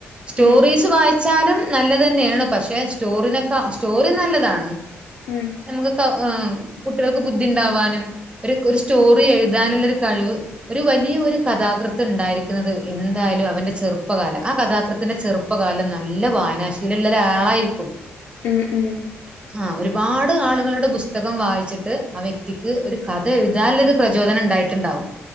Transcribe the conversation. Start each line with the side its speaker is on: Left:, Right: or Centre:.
Right: സ്റ്റോറീസ്
Left: ഉം
Right: വായിച്ചാത് നല്ലത് തന്നെയാണ് പക്ഷെ സ്റ്റോറിനക്ക സ്റ്റോറി നല്ലതാണ്
Left: ഉം
Right: നമുക്ക് ആഹ് കുട്ടികൾക്ക് ബുദ്ധി ഉണ്ടാവാനും ഒരു കു സ്റ്റോറി എഴുതാനുള്ള ഒരു കഴിവ് ഒരു വലിയ ഒരു കഥാകൃത്ത് ഉണ്ടായിരിക്കുന്നത് എന്തായാലും അവന്റെ ചെറുപ്പകാലം ആ കഥാകൃത്തിന്റെ ചെറുപ്പകാലം നല്ല വായനാശീലള്ള ഒരാളായിരിക്കും
Left: ഉം ഉം
Right: ആഹ് ഒരുപാട് ആളുകളുടെ പുസ്തകം വായിച്ചിട്ട് ആ വ്യക്തിക്ക് ഒരു കഥ എഴുതാല്ലൊരു പ്രചോദനം ഉണ്ടായിട്ടുണ്ടാവും